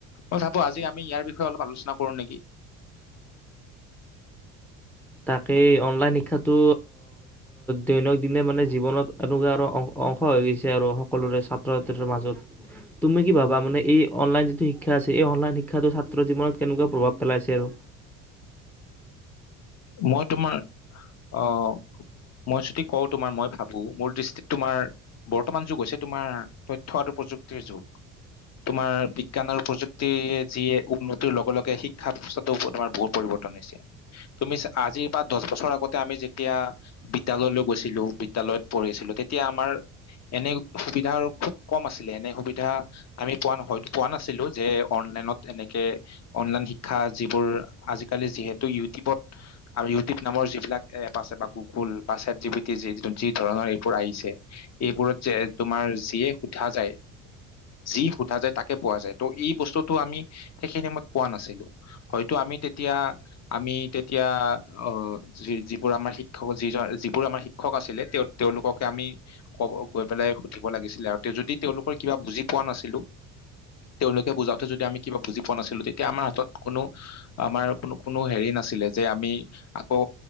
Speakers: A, on the left; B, in the centre.
A: মই ভাবো আজি আমি ইয়াৰ বিষয়ে অলপ আলোচনা কৰো নেকি।
B: তাকেই অনলাইন শিক্ষাটো দৈনিক দিনে মানে, জীৱনত এনেকুৱা আৰু অংশ হৈ গৈছে আৰু। সকলোৰে ছাত্ৰ ছাত্ৰ মাজত তুমি কি ভাবা মানে এই অনলাইন যিটো শিক্ষা আছে এই অনলাইন শিক্ষা ছাত্ৰৰ জীৱনত কেনেকুৱা প্ৰভাৱ পেলাইছে আৰু।
A: মই তোমাৰ আহ মই যদি কওঁ তোমাৰ মই ভাবো মোৰ দৃষ্টিত তোমাৰ বৰ্তমান যুগ হৈছে তোমাৰ তথ্যআৰু প্ৰযুক্তিৰ যুগ তোমাৰ বিজ্ঞান আৰু প্ৰযুক্তিৰ যিয় উন্নতিৰ লগে লগে শিক্ষা ব্যৱস্থাটো তোমাৰ বহুত পৰিৱৰ্তন হৈছে। তুমি আজিৰ পৰা দহ বছৰ আগতে আমি যেতিয়া বিদ্যালয়লৈ গৈছিলো, বিদ্যালয়ত পঢ়ি আছিলো তেতিয়া আমাৰ এনে সুবিধা খুব কম আছিলে। এনে সুবিধা আমি পোৱা হয়তো পোৱা নাছিলো যে অনলাইনত এনেকে অনলাইন শিক্ষা যিবোৰ আজিকালি যিহেতু ইউটিউবত। আৰু ইউটিউব নামৰ যিবিলাক এপ আছে বা গুগুল বা চট জি টি য যি ধৰণৰ এইবোৰ আহিছে এইবোৰত যে তোমাৰ যিয়ে সোধা যায় যি সোধা যায় তাকে পোৱা যায় ত এই বস্তুটো আমি সেইখিনি সমত পোৱা নাছিলো হয়তো আমি তেতিয়া আমি। এতিয়া অ যি যিবোৰ আমাৰ শিক্ষক যি যিবোৰ আমাৰ শিক্ষক আছিলে, তেওঁ তেওঁওলোককে আমি কব গৈ পেলাই সুধিব লাগিছিলে আৰু তেওঁ যদি তেওঁওলোকৰ কিবা বুজি পোৱা নাছিলো তেওঁলোকে বুজাওতে যদি আমি কিবা বুজি পোৱা নাছিলো তেতিয়া আমাৰ হাতত কোনো আমাৰ কোনো কোনো হেৰি নাছিলে। যে আমি আকৌ